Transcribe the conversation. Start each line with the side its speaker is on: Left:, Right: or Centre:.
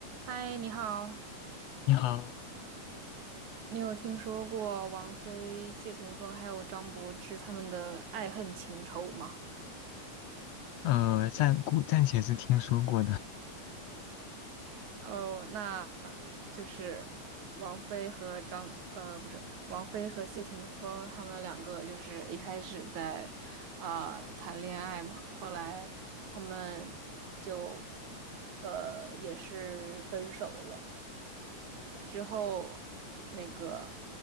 Right: 嗨，你好，
Left: 你好，
Right: 你有听说过王菲、谢霆锋还有张柏芝他们的爱恨情仇吗？
Left: 呃，暂姑暂且是听说过的，
Right: 哦，那就是王菲和张，呃，不是，王菲和谢霆锋他们两个就是一开始在啊、呃谈恋爱嘛，后来他们就呃也是分手了。之后那个